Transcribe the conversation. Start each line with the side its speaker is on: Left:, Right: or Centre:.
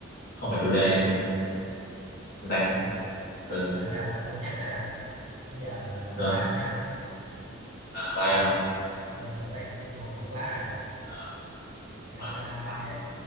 Left: không phải chủ đề mình dành
Right: lần,
Left: từ
Right: lần sau là ông thua chắc rồi đó bây giờ
Left: giờ
Right: bye ông nha
Left: bye
Right: ok
Left: ông
Right: tôi đi ngủ đây tôi cũng buồn ngủ quá rồi
Left: Ờ,
Right: ok
Left: thôi
Right: bye
Left: ngủ
Right: bye
Left: ngon nha.